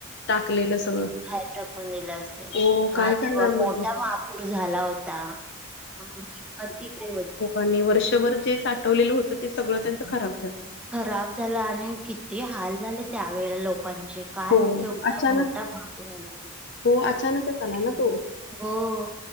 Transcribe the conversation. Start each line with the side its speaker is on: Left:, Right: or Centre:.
Left: टाकलेलं सगळं.
Centre: बाहेर टाकून दिलं असेल,
Left: हो
Centre: हा
Left: काय
Centre: तेव्हा
Left: करणार मग
Centre: मोठा
Left: ते
Centre: महापूर झाला होता. हा मी पण तिकडे होते.
Left: आणि वर्षभर जे साठवलेलं होतं ते सगळं त्यांचं खराब झालं.
Centre: खराब झाल आणि किती हाल झाले त्यावेळेला लोकांचे. काय
Left: हो
Centre: म केवढा
Left: अचानक
Centre: मोठा महापूर आला तो
Left: हो अचानकच आला
Centre: हे
Left: ना
Centre: घे,
Left: तो
Centre: हो